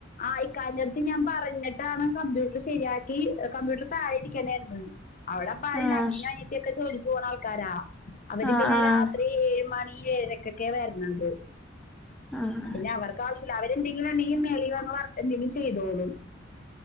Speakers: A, on the left; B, in the centre.
A: ആ ഇക്കാന്റെ അടുത്ത് ഞാൻ പറഞ്ഞിട്ടാണ് കമ്പ്യൂട്ടർ ശരിയാക്കി കമ്പ്യൂട്ടർ താഴെ ഇരിക്കണായിര്ന്ന് അവിടെ പ്പം ആരും
B: ആഹ്
A: ഇല്ല അനിയനും അനിയത്തിഒക്കെ ജോലിക്ക് പോണ ആൾക്കാരാ അവര്
B: ആഹ്
A: പിന്നെ
B: ആഹ്
A: രാത്രി ഏഴ് മണി ഈ എഴരക്കൊക്കെ വരന്നത്
B: ആഹ്
A: അത് പിനെ അവർക്ക് കാശിലാ അവരെന്തെങ്കിലും വേണങ്കിൽ മേളിൽ വന്ന് എന്തങ്കിലും ചെയ്തോളും